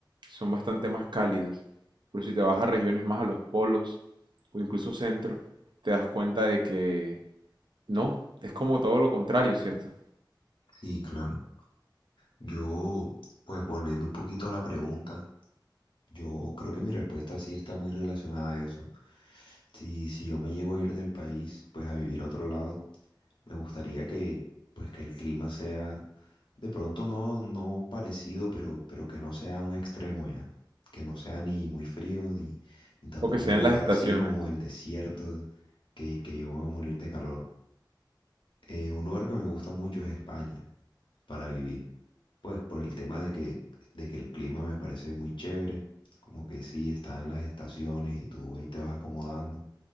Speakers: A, on the right (about 70°); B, on the left (about 80°).
A: son bastante más cálidas, pero si te vas a regiones más a los polos o incluso centro, te das cuenta de que no, es como todo lo contrario, ¿cierto?
B: Sí, claro. Yo, pues volviendo un poquito a la pregunta. Yo creo que mi respuesta sí está muy relacionada a eso. Si, si yo me llego a ir del país, pues a vivir a otro lado, me gustaría que, pues que el clima sea, de pronto no, no parecido, pero, pero que no sea un extremo ya. Que no sea ni muy frío, ni, ni tampoco
A: O que sean
B: un lugar
A: las Sí. estaciones.
B: así como el desierto, que, que yo me voy a morir de calor. Eh, un lugar que me gusta mucho es España para vivir. Pues por el tema de que, de que el clima me parece muy chévere, como que sí, están las estaciones y tú ahí te vas acomodando.